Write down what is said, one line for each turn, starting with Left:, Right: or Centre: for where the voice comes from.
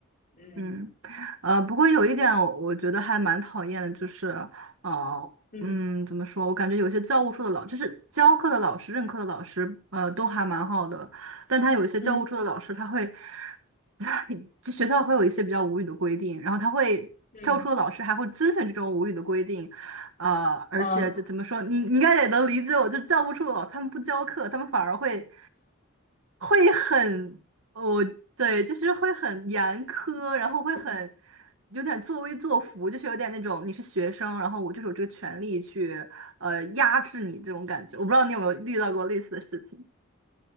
Left: 嗯
Right: 嗯，呃，不过有一点我，我觉得还蛮讨厌的，就是，呃，
Left: 嗯
Right: 嗯，怎么说？我感觉有些教务处的老，就是教课的老师、任课的老师，呃，都还蛮好的，但他有一些教务处的老师，
Left: 嗯
Right: 他会，<laughs> 就学校会有一些比较无语的规定，然后他会，
Left: 嗯
Right: 教务处的老师还会遵循这种无语的规定，呃，而且就怎么说，
Left: 嗯。
Right: 你你应该也能理解我，就教务处的老师他们不教课，他们反而会。会很哦，对，就是会很严苛，然后会很有点作威作福，就是有点那种你是学生，然后我就是有这个权利去呃压制你这种感觉。我不知道你有没有遇到过类似的事情。